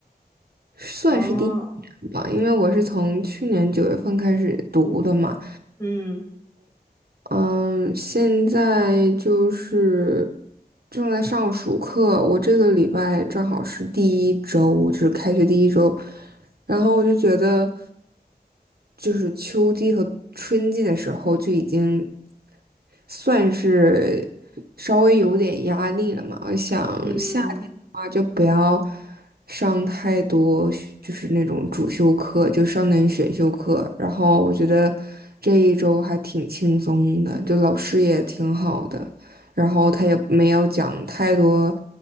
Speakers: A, on the right; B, on the left.
A: 算是第一年吧，
B: 啊！
A: 因为我是从去年九月份开始读的嘛。
B: 嗯
A: 嗯，现在就是正在上暑课，我这个礼拜正好是第一周，就是开学第一周，然后我就觉得，就是秋季和春季的时候就已经算是稍微有点压力了嘛。我想夏天的话就不要
B: 嗯
A: 上太多学就是那种主修课，就上点选修课。然后我觉得这一周还挺轻松的，就老师也挺好的，然后他也没有讲太多